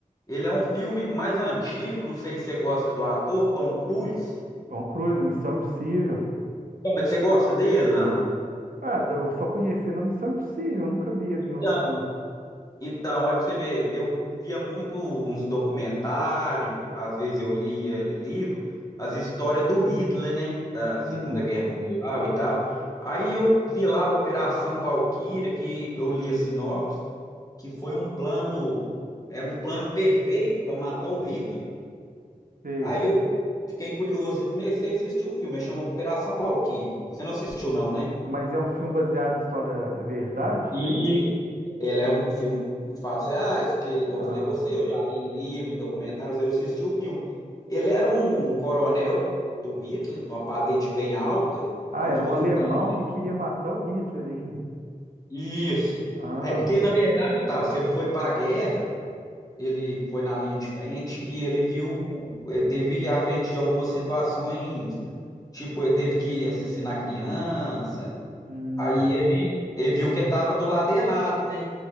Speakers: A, on the left; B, on the right.
A: Ele é um filme mais antigo, não sei se você gosta do ator Tom Cruise.
B: Tom Cruise, Missão Impossível.
A: Então, mas você gosta dele, não?
B: Ah, eu só conheci na Missão Impossível, eu nunca vi ele
A: Então,
B: em outros, não.
A: então, aí pra você ver, eu via muito uns documentários, às vezes eu lia em livro, as histórias do Hitler, né? Da Segunda
B: Hum,
A: Guerra Mundial e tal. Aí eu vi lá a Operação Valquíria, que eu li a sinopse. que foi um plano, era um plano perfeito para matar o Hitler.
B: sei.
A: Aí eu fiquei curioso e comecei a assistir o filme. Ele chama Operação Valkyria. Você não assistiu, não, né?
B: Mas é um filme baseado em história em verdade, isso
A: E
B: aí?
A: Ele é um filme de fatos reais, que, igual
B: Ah.
A: eu falei com você, eu já li em livro, em documentários, aí eu assisti o filme. Ele era um, um coronel do Hitler, uma patente bem alta,
B: Ah,
A: como
B: era
A: se
B: um
A: fosse
B: alemão
A: um braço.
B: que queria matar o Hitler ainda.
A: Isso.
B: Ah,
A: É porque, na verdade, tá, se ele foi para a guerra. ele foi na linha de frente e ele viu, ele teve à frente de algumas situações, tipo, ele teve que assassinar criança,
B: hum,
A: aí ele, ele viu que estava do lado errado, né?